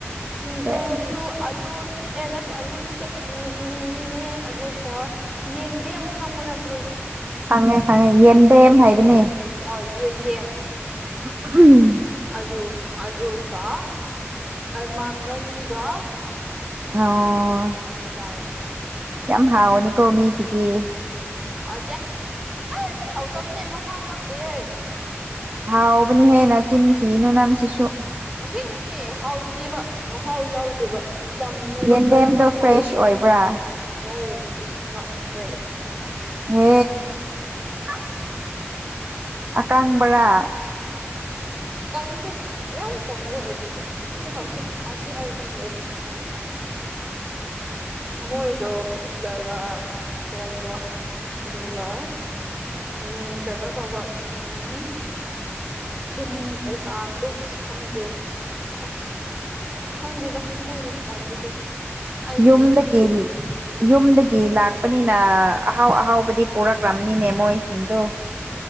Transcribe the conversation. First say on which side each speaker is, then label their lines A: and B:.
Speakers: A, on the right; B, on the right.
A: ꯁꯤꯡꯖꯨꯁꯨ
B: ꯁꯦꯁ
A: ꯑꯂꯨꯅꯤ ꯑꯦ ꯅꯠ ꯇꯦ ꯑꯂꯨ ꯅꯠꯇꯦ ꯎꯝ ꯃꯤꯃꯤꯅꯦ ꯑꯗꯨꯒ ꯌꯦꯡꯗꯦꯝ ꯈꯪꯕ ꯅꯠ
B: ꯈꯪꯉꯦ ꯈꯪꯉꯦ ꯌꯦꯟꯗꯦꯝ ꯍꯥꯏꯕꯅꯦ
A: ꯍꯣꯏ ꯌꯦꯟꯗꯦꯝ
B: <unintelligible>
A: ꯑꯗꯨ ꯑꯗꯨꯒ ꯃꯥꯡꯒꯟꯒ
B: ꯑꯣ
A: ꯀ ꯑꯗꯨ ꯆꯥꯏꯌꯦ
B: ꯌꯥꯝ ꯍꯥꯎꯅꯤꯀꯣ ꯃꯤꯒꯤꯗꯤ
A: ꯍꯥꯎꯇꯦ ꯑꯁ ꯍꯥꯎꯇꯕꯅꯦ ꯃꯍꯥꯎ ꯌꯥꯎꯗꯦꯌꯦ
B: ꯍꯥꯎꯕꯅꯤ ꯍꯦ ꯅꯆꯤꯟ ꯊꯤꯅꯨ ꯅꯪ ꯁꯤꯁꯨ
A: ꯑꯁꯦꯡꯕꯅꯦ ꯍꯥꯎꯇꯦꯕ ꯃꯍꯥꯎ ꯌꯥꯎꯗꯦꯕ ꯆꯝꯃꯦꯕ
B: ꯌꯦꯟꯗꯦꯝꯗꯣ
A: ꯀꯔꯤꯅꯣ ꯈꯪ
B: ꯐ꯭ꯔꯦꯁ ꯑꯣꯏꯕ꯭ꯔꯥ
A: ꯅꯣ ꯏꯠꯁ ꯅꯣꯠ ꯐ꯭ꯔꯦ
B: ꯍꯦ
A: ꯑꯁ
B: ꯑꯀꯪꯕ꯭ꯔꯥ
A: ꯀꯪꯗꯦ ꯌꯥꯝ ꯀꯪꯕ ꯑꯣꯏꯗ꯭ꯔꯁꯨ ꯑꯁ ꯈꯪꯗꯦ ꯍꯥꯎꯇꯦ ꯍꯥꯎꯇꯦ ꯍꯥꯏꯔꯗꯤ ꯂꯣꯏꯔꯦ ꯃꯣ ꯗꯣ ꯐꯨꯠꯂꯒ ꯊꯣꯡꯕ ꯑꯗꯨꯒ ꯎꯝ ꯀꯩꯅꯣ ꯇꯧꯕ ꯎꯝ ꯊꯨꯝ ꯀꯩꯀꯥꯗꯣ ꯑꯁ ꯈꯪꯗꯦ ꯑꯁ ꯈꯪꯗꯦꯗ ꯃꯣꯏꯅ ꯊꯣꯡꯕꯁꯦ ꯑꯩ
B: ꯌꯨꯝꯗꯒꯤ
A: ꯏꯄꯦꯟ ꯄꯦꯟꯗꯦ
B: ꯌꯨꯝꯗ ꯒꯤ ꯂꯥꯛꯄꯅꯤꯅ ꯑꯍꯥꯎ ꯑꯍꯥꯎꯕꯗꯤ ꯄꯣꯔꯛꯔꯝꯅꯤꯅꯦ ꯃꯣꯏꯁꯤꯡꯗꯣ